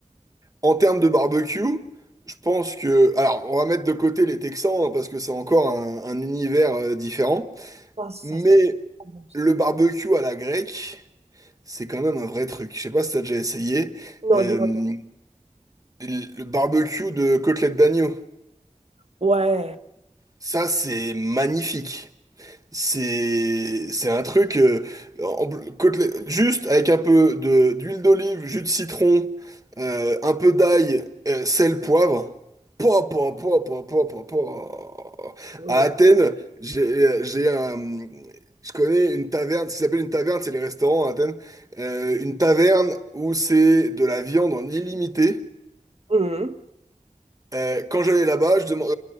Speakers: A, on the right (about 25°); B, on the right (about 50°).
A: En termes de barbecue, je pense que... Alors, on va mettre de côté les Texans, hein, parce que c'est encore un, un univers euh, différent.
B: Ah, ça,
A: Mais
B: c'est pas bon.
A: le barbecue à la grecque, c'est quand même un vrai truc. Je sais pas si t'as déjà essayé.
B: Non,
A: Euh,
B: dis-moi. tout.
A: le le barbecue de côtelette d'agneau.
B: Ouais.
A: Ça, c'est magnifique. C'est c'est un truc euh, en- côtelé- juste avec un peu de d'huile d'olive, jus de citron, euh, un peu d'ail, euh, sel, poivre. Po, po, po, po, po, po, po.
B: Mm.
A: À Athènes, j'ai j'ai un je connais une taverne, ce qui s'appelle une taverne, c'est les restaurants à Athènes, Euh, une taverne où c'est de la viande en illimité.
B: Mhm.
A: Euh, quand j'allais là-bas, je demande